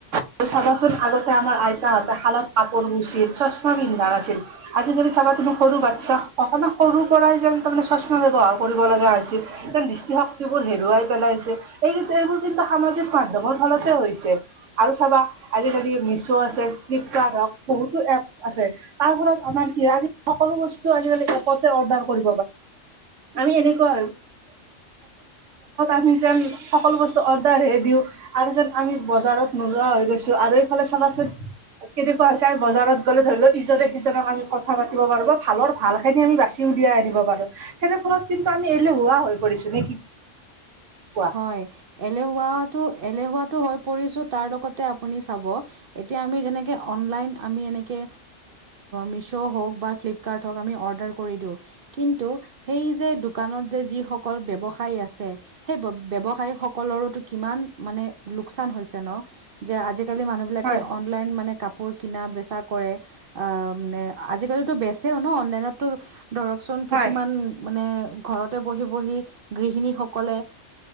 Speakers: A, on the right; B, on the right.
A: আৰু চাবাচোন আগতে আমাৰ আইতাহত শালত কাপৰ গুছিল চশমা পিন্ধা আছিল আজিকালি চাবা তুমি সৰু বাচ্ছা অ সৰু পৰা যেন তাৰে চচমা ব্যৱহাৰৰ কৰিব লগা হৈছিল যেন দৃষ্টিশক্তিবোৰ হেৰুৱাই পেলাই ছে এই সামাজিক মাধ্যমত ফলতে হৈছে আৰু চাবা আজিকালি। মিচ আছে ফ্লিপকাৰ্ট আছে বহুতো এপচ্ আছে তাৰ ফলত আমাৰ কি হয় সকলো বস্তু আজি আজিকালি সকলোতে অৰ্দাৰ কৰে আমি এনেকৈ আমি যেন সকলো বস্তু অৰ্ডাৰ হে দিও আৰু যেন আমি বজাৰত নোলোৱা হৈ গৈছো আৰু এইফালে চাবা চোন কেনেকুৱা হৈছে আমি বজাৰত গ'লে ধৰি লওক ইজনে সিজনক আমি কথা পাতিব পাৰো ভালৰ ভাল খিনি আমি বাচিম উলিয়াই আনিব পাৰো তেনে ফলত কিন্তু আমি এলেহুৱোৱা হৈ পৰিছো নে কি কোৱা
B: হয় এলেহুৱাতো এলেহুৱাটো হৈ পৰিছো তাৰ লগতে আপুনি চাব এতিয়া আমি যেনেকে অনলাইন আমি এনেকে মিছো হওঁক বা ফ্লিপকাৰ্ট হওঁক বা আমি অৰ্দাৰ দি দিওঁ কিন্ত সেই যে দোকান খনত যে যিসকল ব্যৱহাৰ আছে সেই ব্যৱসায়ীক সকলৰোতো কিমান মানে লোকচান হৈছে ন যে আজি আজিকালি মানুহবিলাকে
A: হয়
B: অনলাইন মানে কাপোৰ কিনা বেচা কৰে আহ মানে আজিকালি বেচেও ন অনলাইনতো ধৰকচোন কিছুমান
A: হয়
B: মানে ঘৰতে বহি বহি গৃহণীসকলে অঁ